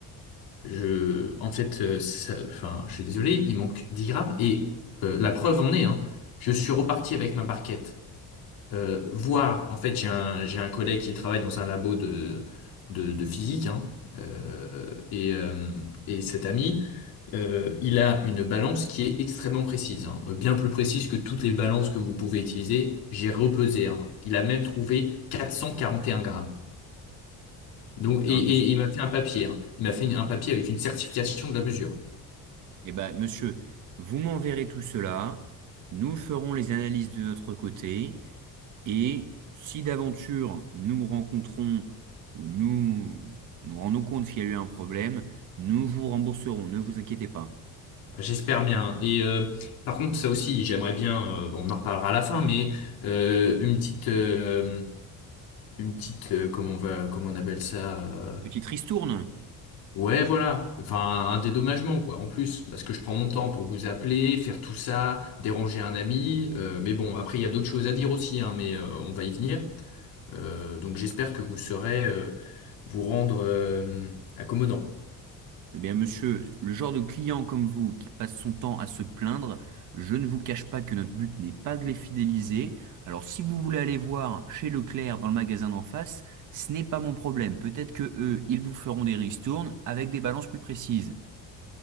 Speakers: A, on the left; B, on the right.
A: Je, en fait, euh, ça- enfin, je suis désolé, il manque 10 grammes. Et euh, la preuve en est, hein. Je suis reparti avec ma barquette. euh, voir, en fait, j'ai un, j'ai un collègue qui travaille dans un labo de, de, de physique, hein, euh, et, euh, et cet ami, euh, il a une balance qui est extrêmement précise, hein, bien plus précise que toutes les balances que vous pouvez utiliser. J'ai repesé, hein. il a même trouvé 441 grammes. Donc,
B: Non,
A: et, et
B: monsieur.
A: il m'a fait un papier, hein. Il m'a fait une- un papier avec une certification de la mesure.
B: Eh ben, monsieur, vous m'enverrez tout cela, nous ferons les analyses de notre côté, Et si d'aventure nous rencontrons ou nous nous rendons compte qu'il y a eu un problème, nous vous rembourserons, ne vous inquiétez pas.
A: J'espère bien. Et euh, par contre, ça aussi, j'aimerais bien, euh, bon, on en reparlera à la fin, mais euh, une petite, euh, une petite, euh, comment on va, comment on appelle ça, euh,
B: Une petite ristourne?
A: ouais, voilà, enfin, un dédommagement, quoi, en plus, parce que je prends mon temps pour vous appeler, faire tout ça, déranger un ami, euh, mais bon, après, il y a d'autres choses à dire aussi, hein, mais euh, on va y venir. Euh, donc, j'espère que vous saurez euh, vous rendre euh, accommodant.
B: Eh bien, monsieur, le genre de client comme vous qui passe son temps à se plaindre, je ne vous cache pas que notre but n'est pas de les fidéliser. Alors, si vous voulez aller voir chez Leclerc dans le magasin d'en face, ce n'est pas mon problème. Peut-être que eux, ils vous feront des ristournes avec des balances plus précises.